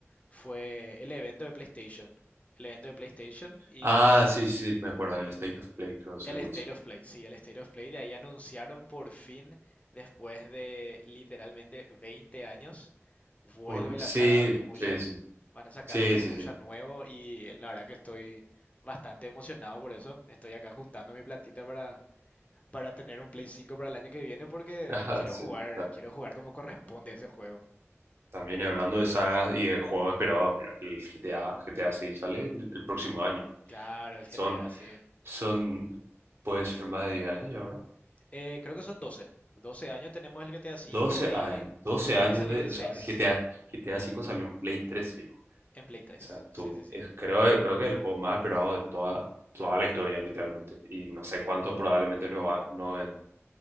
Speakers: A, on the left; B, on the right.
A: fue el evento de PlayStation. El evento de PlayStation y
B: Ah, sí, sí, me acuerdo del State of Play, creo que
A: el
B: se le
A: State
B: dice.
A: of Play. Sí, el State of Play. De ahí anunciaron por fin, después de literalmente 20 años, vuelve
B: Un-
A: la
B: sí,
A: saga de Onimusha.
B: sí, sí,
A: Van a sacar
B: sí,
A: un Onimusha
B: sí, sí.
A: nuevo y la verdad que estoy bastante emocionado por eso. Estoy acá juntando mi platita para, para tener un Play 5 para el año que viene porque
B: Ajá,
A: quiero
B: sí.
A: jugar,
B: Ta-
A: quiero jugar como corresponde ese juego.
B: También y hablando de sagas y de juegos esperados, mira, el GTA, GTA 6 sale el el próximo año.
A: Claro, el
B: Son,
A: GTA, sí.
B: son, puede ser más de 10 años ya, ¿verdad?
A: Eh, creo que son doce 12 años tenemos el GTA V
B: doce
A: y,
B: años, 12
A: y
B: años
A: va a salir
B: de,
A: el
B: o
A: seis
B: sea, el GTA, GTA 5 salió en Play 3 fijo.
A: en Play
B: O
A: 3.
B: sea,
A: Sí,
B: tú,
A: sí, sí.
B: es- creo, creo que es el juego más esperado de toda, toda la historia, literalmente. Y no sé cuánto probablemente nos va, nos ven-